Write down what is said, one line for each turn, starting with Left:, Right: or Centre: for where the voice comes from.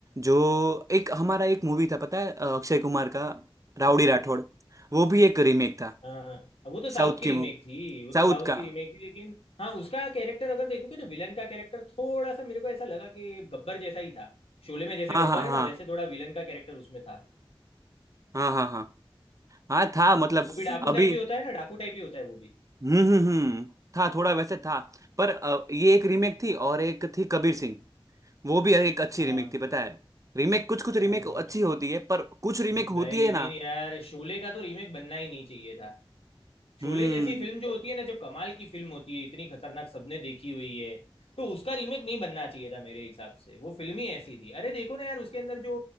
Right: जो एक हमारा एक मूवी था पता है अ, अक्षय कुमार का राउडी राठौड़ वो भी एक रीमेक था
Left: हाँ वो तो साउथ
Right: साउथ
Left: की
Right: की
Left: रीमेक
Right: मूवी
Left: थी वो तो
Right: साउथ
Left: साउथ
Right: का
Left: की रीमेक थी लेकिन हाँ उसका कैरेक्टर अगर देखोगे तो विलन का कैरेक्टर थोड़ा सा मेरे को ऐसा लगा कि गब्बर जैसा ही था शोले में जैसे
Right: हाँ
Left: गब्बर
Right: हाँ
Left: है
Right: हाँ
Left: ना वैसे थोड़ा विलन का कैरेक्टर उसमें था
Right: हाँ हाँ हाँ हाँ था मतलब
Left: वो भी डाकू
Right: अभी
Left: टाइप ही होता है ना डाकू टाइप ही होता है वो भी
Right: हम्म हम्म हम्म था थोड़ा वैसे था पर अ, ये एक रीमेक थी और एक थी कबीर सिंह वो भी एक अच्छी
Left: हाँ
Right: रीमेक थी पता है रीमेक कुछ कुछ रीमेक
Left: हाँ
Right: अच्छी होती है पर कुछ रीमेक
Left: नहीं भाई
Right: होती
Left: लेकिन
Right: है ना
Left: यार शोले का तो रीमेक बनना ही नहीं चाहिए था शोले
Right: हम्म
Left: जैसी फिल्म जो होती है ना जो कमाल की फिल्म होती है इतनी खतरनाक सबने देखी हुई है तो उसका रीमेक नहीं बनना चाहिए था मेरे हिसाब से वो फिल्म ही ऐसी थी अरे देखो ना यार उसके अंदर जो